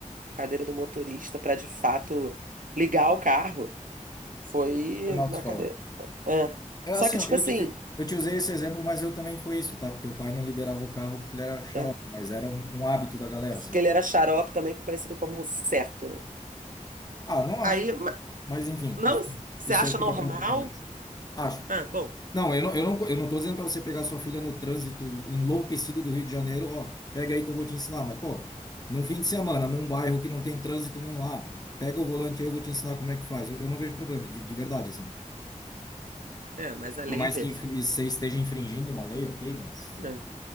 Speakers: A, on the right; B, on the left.
A: cadeira do motorista para de fato ligar o carro foi
B: Foi na autoescola.
A: na cadeira. É.
B: É
A: Só
B: assim,
A: que, tipo
B: ó, eu,
A: assim,
B: te- eu, eu te usei esse exemplo, mas eu também foi isso, tá? Porque o pai não liberava o carro porque ele era xarope,
A: é,
B: mas era um, um hábito da galera,
A: porque
B: sabe?
A: ele era xarope, também conhecido como certo, né?
B: Ah, não acho.
A: Aí, ma-
B: Mas enfim,
A: não,
B: isso,
A: você
B: isso
A: acha
B: aí fica
A: normal?
B: para outra conversa. Acho.
A: Ah, bom,
B: Não, eu não, eu não, eu não tô dizendo para você pegar sua filha no trânsito enlouquecido do Rio de Janeiro, ó, pega aí que eu vou te ensinar, mas pô, num fim de semana, num bairro que não tem trânsito nenhum lá, pega o volante aí, eu vou te ensinar como é que faz. Eu, eu não vejo problema, de, de verdade, assim.
A: é, mas a lei
B: Por mais
A: vê.
B: que infri- você esteja infringindo uma lei, ok, mas.
A: É.